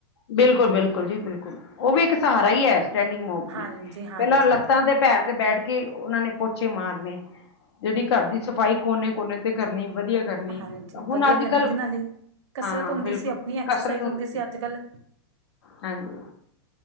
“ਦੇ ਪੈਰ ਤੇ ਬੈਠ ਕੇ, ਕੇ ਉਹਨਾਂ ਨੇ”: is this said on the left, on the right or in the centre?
Left